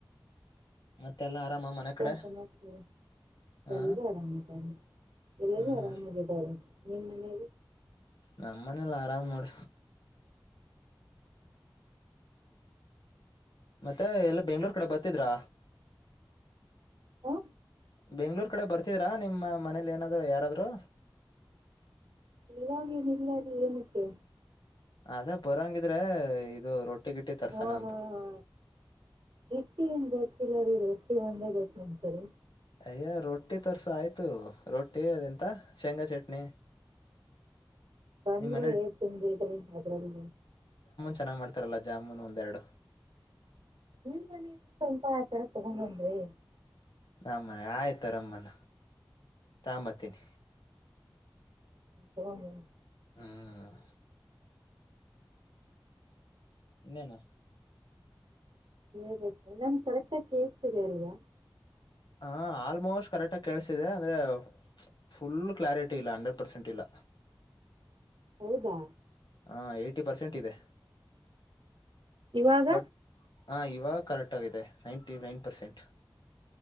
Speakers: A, on the left; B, on the right.
A: ಮತ್ತೆಲ್ಲ ಆರಾಮ ಮನೆ ಕಡೆ
B: ಮತ್ತಿನ ಸಮಾಚಾರ
A: ಹಾ
B: ಎಲ್ಲ ಆರಾಮಿದ್ದಾರೆ ಎಲ್ಲೆಲ್ಲೂ
A: ಹ್ಮ್ ಹ್ಮ್
B: ಆರಾಮಾಗಿದ್ದಾರೆ ನಿಮ್ಮ ಮನೇಯಲ್ಲಿ
A: ನಮ್ಮ ಮನಲ್ಲ ಆರಾಮ್ ನೋಡ ಮತ್ತೆ ಎಲ್ಲಿ ಬೆಂಗಳೂರ್ ಕಡೆ ಬರ್ತಿದ್ರಾ
B: ಹ
A: ಬೆಂಗಳೂರು ಕಡೆ ಬರ್ತಿದ್ರಾ ನಿಮ್ಮ ಮನೇಲಿ ಏನಾದರೂ ಯಾರಾದರೂ
B: ನೀವಾಗನಿಲ್ಲದೆ ಏನಕ್ಕೆ
A: ಅದೇ ಬರಂಗಿದ್ರೆ ಇದು ರೊಟ್ಟಿ ಗಿಟ್ಟಿ ತರ್ಸನ
B: ಹಾ
A: ಅಂತ
B: ಹಾ ಹಾ ಎತ್ತ ಏನ್ ಗೊತ್ತಿಲ್ಲದರು ಒಂದೇ ಗೊತ್ತು ನ್ಂತರಿ <unintelligible>
A: ಅಯ್ಯ ರೊಟ್ಟಿ ತೋರ್ಸ ಆಯ್ತು ರೊಟ್ಟಿ ಅದೆಂತ ಶೇಂಗಾ ಚಟ್ನಿ
B: ಬಂದ್ರೆ
A: ನಿಮ್ ಮನೇಲಿ
B: ಏ ತಿನ್ಡ್ರಿ ಅದ್ರಲ್
A: ಚೆನ್ನಾಗಿ ಮಾಡ್ತಾರಲ್ಲ ಜಾಮೂನು ಒಂದೆರಡು
B: ನೀನ್ ಮನಿಂದ ಸ್ವಲ್ಪ ಆತರ ತಗೊಂಡನ್ರಿ
A: ನ ಮನೆ ಆಯ್ತರಮ್ಮನ ತಂಬತ್ತಿನ
B: ಹಗ <unintelligible>
A: ಹ್ಮ್ ಇನ್ನೇನು
B: ಹೇಬೇಕ ನನ್ ಕರೆಕ್ಟಾಗಿ ಕೇಳ್ತೀರಿ ಅಲ್ವಾ
A: ಹಾ ಆಲ್ಮೋಸ್ಟ್ ಕರೆಕ್ಟಾಗಿ ಕೇಳಸಿದೆ ಅಂದ್ರೆ ಫುಲ್ ಕ್ಲಾರಿಟಿ ಇಲ್ಲ ಹಂಡ್ರೆಡ್ ಪರ್ಸೆಂಟ್ ಇಲ್ಲ
B: ಹೌದಾ
A: ಹಾ ಏಯ್ಟಿ ಪರ್ಸೆಂಟ್ ಇದೆ
B: ಇವಾಗ
A: ಬಟ್ ಹಾ ಇವಾಗ ಕರೆಕ್ಟ್ ಆಗಿದೆ ನೈಂಟಿ ನೈನ್ ಪರ್ಸೆಂಟ್